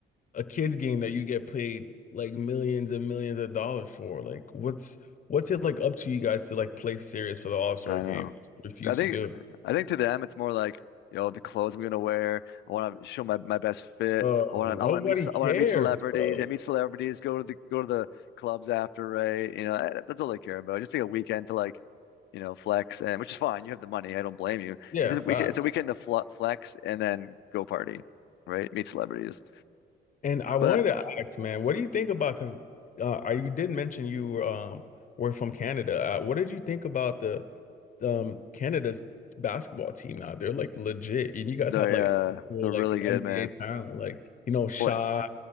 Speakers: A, on the left; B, on the left.
A: a kids game that you get paid like millions and millions of dollars for. Like what's what's it like up to you guys to like play serious for the All-Star
B: I
A: game?
B: know.
A: You refuse
B: So I think
A: to do it.
B: I think to them it's more like, you know, the clothes I'm gonna wear. I want to show my, my best fit.
A: Oh,
B: I want
A: nobody
B: to I want to meet ce-
A: cares,
B: I want to meet celebrities.
A: bro.
B: Yeah, meet celebrities. Go to the go to the clubs after, right? You know, eh, that's all they care about. Just take a weekend to like, you know, flex and which is fine. You have the money. I don't blame you.
A: Yeah,
B: It's a
A: facts.
B: weekend. It's a weekend to fl flex and then go party, right? Meet celebrities.
A: And I wanted
B: But
A: to ask, man, what do you think about? Because uh, I- you did mention you um, were from Canada. Uh, what did you think about the um, Canada's basketball team now? They're like legit, and you guys
B: they're
A: have like actual
B: uh, they're
A: like
B: really good,
A: NBA
B: man.
A: talent, like you know, Shy.
B: Well,